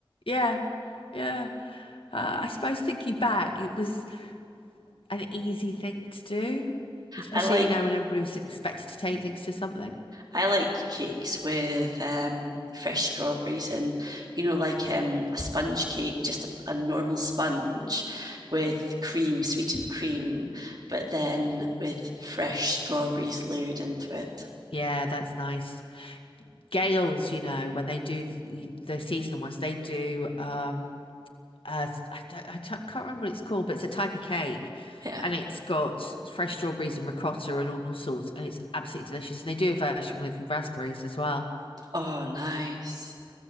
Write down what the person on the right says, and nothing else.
I like
I like cakes with um, fresh strawberries and you know like um, a sponge cake, just a, a normal sponge with cream, sweetened cream, but then with fresh strawberries layered into it.
Yeah.
Oh, nice.